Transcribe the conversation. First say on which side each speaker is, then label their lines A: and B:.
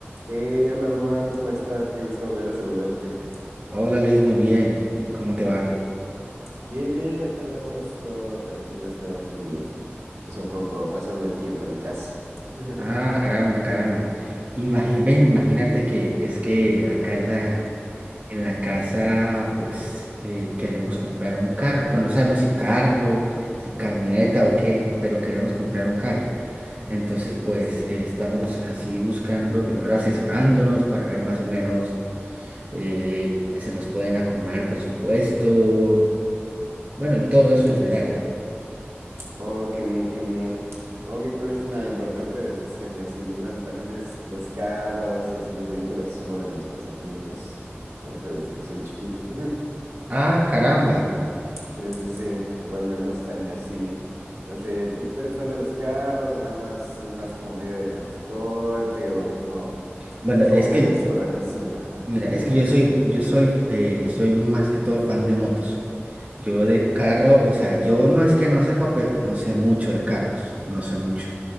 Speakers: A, on the right (about 85°); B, on the right (about 35°).
A: Hey, hola Duan, ¿cómo estás? Qué gusto volver a saludarte.
B: Hola, Luis, muy bien. ¿Y cómo te va?
A: Bien, bien, aquí andamos, todo tranquilo, he estado aquí, pues un poco pasando el tiempo en mi casa. <laughs>
B: Ah, caramba, caramba. Ima- y ven, imagínate que es que acá en la, en la casa, pues eh, queremos comprar un carro. Bueno, no sabemos si carro, si camioneta o qué, pero queremos comprar un carro. Entonces,
A: Sí,
B: pues
A: sí, sí,
B: eh, estamos así buscando, primero asesorándonos para ver más o menos eh, se nos pueden acomodar el presupuesto, bueno, y todo
A: sí,
B: eso en general.
A: sí, sí. Oh, qué bien, qué bien. Oh, qué cool, es una importante decisión y así, pues, bueno, también es los carros y así los vehículos es uno de mis pasatiempos. Manejo desde que soy chiquito. <laughs>
B: Ah, caramba.
A: Pero Sí, sí, sí, igual me gustan y así. No sé, ¿tú, tú eres fan de los carros o nada más es más como medio de transporte o cómo,
B: Bueno, es
A: cómo
B: que
A: verías tu relación? Ajá.
B: Mira,
A: <laughs>
B: es que yo soy, yo soy, eh, soy más que todo fan de motos. Yo de
A: Ujú.
B: carro, o sea, yo no es que no sepa, pero no sé mucho de carros, no sé mucho.